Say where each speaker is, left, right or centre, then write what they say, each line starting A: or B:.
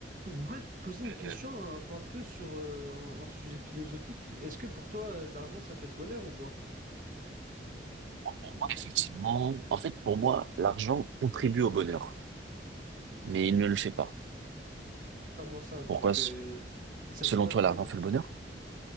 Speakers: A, on the right; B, on the right.
A: Je voulais te poser une question
B: Euh,
A: un, un peu sur euh, un, un sujet philosophique. Est-ce que pour toi, euh, l'argent, ça fait le bonheur ou pas?
B: pour moi, effectivement, en fait, pour moi, l'argent contribue au bonheur, mais il ne le fait pas.
A: Comment ça? Donc,
B: Pourquoi, s-
A: euh, ça
B: selon
A: le fait pas
B: toi,
A: totalement
B: l'argent fait
A: pour
B: le bonheur?
A: toi.